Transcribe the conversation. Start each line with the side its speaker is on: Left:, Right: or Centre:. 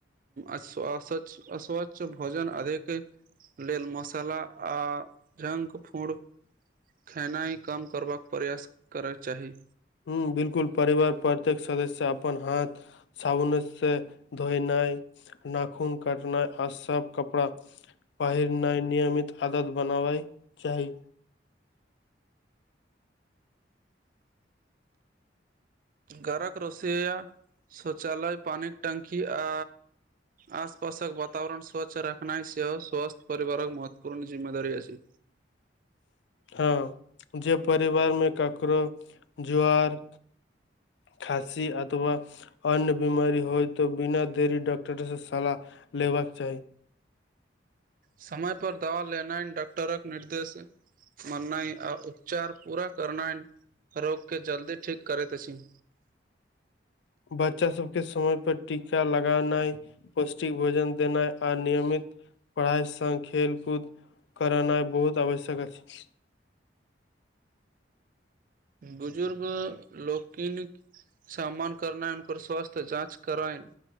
Right: असच्छ अस्वच्छ भोजन अधिक लेल मसाला आ जंक फुड खेनाइ कम करबाक प्रयास करय चाही
Left: हुँ बिलकुल परिवार प्रत्येक सदस्य अपन हाथ साबुने से धोयनाइ नाखून काटनाइ आ सफ कपड़ा पहिरनाइ नियमित आदत बनाबै चाही
Right: घरक रोसैया शौचालय पानिक टंकी आ आसपासक वातावरण स्वच्छ रखनाइ सेहो स्वस्थ्य परिवारक महत्वपूर्ण जिम्मेदारी अछि
Left: हँ जे परिवार मे ककरो जुआर खाशी अथवा अन्य बिमारी होय तऽ बिना देरी डॉक्टरसँ सलाह लेबाक चाही
Right: समय पर दवा लेनाइ डॉक्टरक निर्देश मरनाइ आ उपचार पूरा करनाइ रोग केँ जल्दी ठीक करैत अछि
Left: बच्चा सब केँ समय पर टीका लगानाइ पौष्टिक भोजन देनाइ आ नियमित पढ़ाइ संग खेलकूद करनाइ बहुत आवश्यक अछि
Right: बुजुर्ग लोकिन सम्मान करनाइ उनकर स्वास्थ्य जाँच कराइन